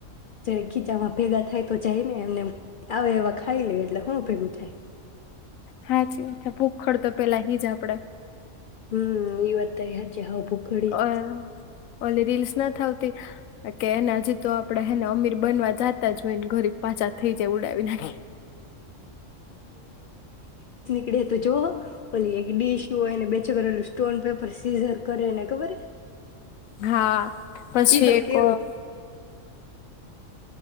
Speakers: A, on the left; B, on the left.
A: જ્યારે ખીચામાં ભેગા થાય તો જાઈ ને એમનેમ આવે એવા ખાઈ લે એટલે હું ભેગું થાય.
B: હાચી વાત, તા ભૂખડ તો પેલા હી જ આપડે.
A: હમ્મ ઈ વાત તારી હાચી. હાઉ ભુખડ હી.
B: અ ઓલી રીલ્સ નથ આવતી કે એને હજી તો આપણેે હેને અમીર બનવા જાતા જ હોય ને ગરીબ પાછા થઈ જાય ઉડાવી નાખી.
A: એ તો જોહો ઓલી એક ડીશનું એને બેચરલ સ્ટોન, પેપર, સીઝર કરે એને ખબર હે?
B: હા પછી
A: ઈ તો
B: એક
A: કેવું
B: અહ